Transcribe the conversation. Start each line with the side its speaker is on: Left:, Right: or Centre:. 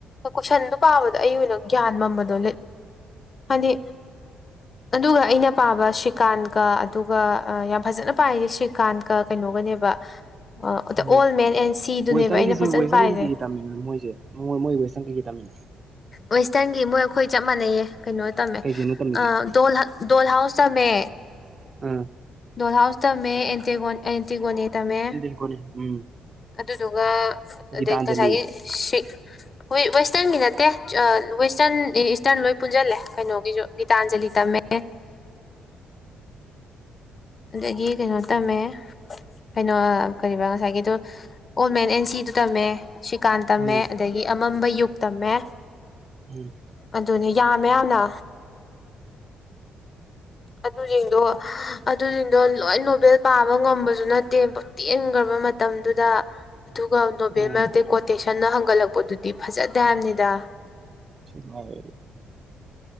Left: ꯀꯣꯏꯁꯟꯗꯣ ꯄꯥꯕꯗꯣ ꯑꯩ ꯑꯣꯏꯅ ꯒ꯭ꯌꯥꯟ ꯃꯝꯕꯗꯣ ꯍꯥꯏꯗꯤ ꯑꯗꯨꯒ ꯑꯩꯅ ꯄꯥꯕ ꯁ꯭ꯔꯤꯀꯥꯟꯀ ꯑꯗꯨꯒ ꯌꯥꯝ ꯐꯖꯅ ꯄꯥꯏꯁꯦ ꯁ꯭ꯔꯤꯀꯥꯟꯀ ꯀꯩꯅꯣꯒꯅꯦꯕ
Right: <inaudible>
Left: ꯑꯗ
Right: ꯎꯝ
Left: ꯑꯣꯜ ꯃꯦꯟ ꯑꯦꯟ ꯁꯤꯗꯨꯅꯦꯕ
Right: ꯋꯦꯁꯇꯔꯟꯒꯤꯁꯦ
Left: ꯑꯩꯅ ꯐꯖꯅ
Right: ꯋꯦꯁꯇꯔꯟꯒꯤ
Left: ꯄꯥꯏꯔꯦ
Right: ꯀꯩ-ꯀꯩ ꯇꯝꯃꯤꯅꯣ ꯃꯣꯏꯁꯦ ꯃ ꯃꯣꯏ ꯋꯦꯁꯇꯔꯟ ꯀꯩ-ꯀꯩ ꯇꯝꯃꯤꯅꯣ
Left: ꯋꯦꯁꯇꯔꯟꯒꯤ ꯃꯣꯏ ꯑꯩꯈꯣꯏ ꯆꯞ ꯃꯥꯟꯅꯩꯌꯦ ꯀꯩꯅꯣ ꯇꯝꯃꯦ
Right: ꯀꯩꯀꯩꯅꯣ ꯇꯝꯃꯤꯁꯦ
Left: ꯗꯣ ꯗꯣꯜꯍꯥꯎ ꯆ ꯃ
Right: ꯎꯝ
Left: ꯗꯍꯥꯎꯁ ꯇꯝꯃꯦ ꯑꯦꯟꯇ ꯑꯦꯟꯇꯤꯒꯣꯅꯤ ꯇꯃꯦ
Right: ꯑꯥ ꯀꯣꯅꯤ ꯎꯝ
Left: ꯑꯗꯨꯗꯨꯒ
Right: ꯒꯤꯇꯥꯟꯖꯂꯤ
Left: ꯑꯗꯩ ꯉꯁꯥꯏꯒꯤ ꯁꯤ ꯍꯣꯏ ꯋꯦꯁꯇꯔꯟꯒꯤ ꯅꯠꯇꯦ ꯑ ꯋꯦꯁꯇꯔꯟ ꯏꯁꯇꯔꯟ ꯂꯣꯏ ꯄꯨꯟꯁꯤꯜꯂꯦ ꯀꯩꯅꯣꯒꯤꯁꯨ ꯅꯤꯇꯥꯟꯖꯂꯤ ꯇꯝꯃꯦ ꯑꯗꯒꯤ ꯀꯩꯅꯣ ꯇꯝꯃꯦ ꯀꯩꯅꯣ ꯀ ꯉꯁꯥꯏꯒꯤꯗꯣ ꯑꯣꯟꯂꯥꯏꯟ ꯑꯦꯟ ꯁꯤꯗꯨ ꯇꯝꯃꯦ ꯁꯤꯀꯥꯟ ꯇꯝꯃꯦ
Right: ꯎꯝ
Left: ꯑꯗꯒꯤ ꯑꯃꯝꯕ ꯌꯨꯛ ꯇꯝꯃꯦ
Right: ꯎꯝ
Left: ꯑꯗꯨꯅꯦ ꯌꯥꯝꯃꯦ ꯌꯥꯝꯅ ꯑꯗꯨꯅꯦ ꯑꯗꯣ ꯑꯗꯨꯁꯤꯡꯗꯣ ꯂꯣꯏ ꯅꯣꯕꯦꯜ ꯄꯥꯕ ꯉꯝꯕꯁꯨ ꯅꯠꯇꯦ ꯄꯛꯇꯦꯟꯈ꯭ꯔꯕ ꯃꯇꯝꯗꯨꯗ ꯑꯗꯨꯒ ꯅꯣꯕꯦꯜ
Right: ꯎꯝ
Left: ꯅꯇꯩ ꯀꯣꯇꯦꯁꯟꯅ ꯍꯪꯒꯠꯂꯛꯄꯗꯨꯗꯤ ꯐꯖꯗ ꯍꯥꯏꯕꯅꯤꯗ
Right: ꯁꯤꯉ <unintelligible>